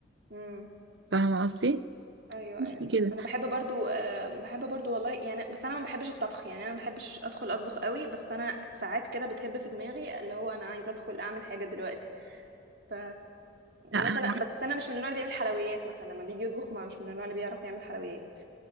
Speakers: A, on the right; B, on the right.
A: امم
B: فاهمة قصدي؟
A: ايوه
B: بس
A: ايوه
B: كده
A: انا بحب برضو أه بحب برضو والله يعني بس انا ما بحبش الطبخ يعني انا ما بحبش ادخل اطبخ قوي بس انا ساعات كده بتهب في دماغي اللي هو انا عايزه ادخل اعمل حاجه دلوقتي ف
B: لا
A: مثلا
B: انا عكس
A: بس انا مش من النوع اللي بيعمل حلويات مثلا لما بيجي يطبخ ما مش من النوع اللي بيعرف يعمل حلويات